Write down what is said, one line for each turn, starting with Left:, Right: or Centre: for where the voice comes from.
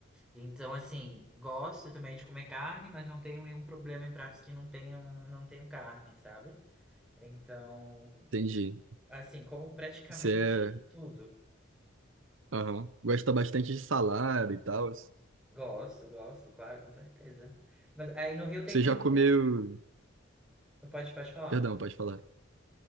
Centre: Então, assim, gosto também de comer carne, mas não tenho nenhum problema em pratos que não tenham, não tenham carne, sabe? Então,
Right: Entendi.
Centre: assim, como praticamente
Right: Você é,
Centre: tudo.
Right: aham, gosta bastante de salada e tal.
Centre: Gosto, gosto, claro, com certeza. Mas aí no Rio tem
Right: Você
Centre: muito.
Right: já comeu.
Centre: Pode, pode falar.
Right: Perdão, pode falar.